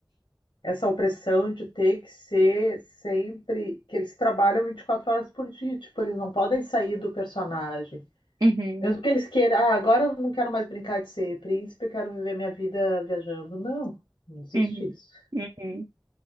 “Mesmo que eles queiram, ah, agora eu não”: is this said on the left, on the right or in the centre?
Left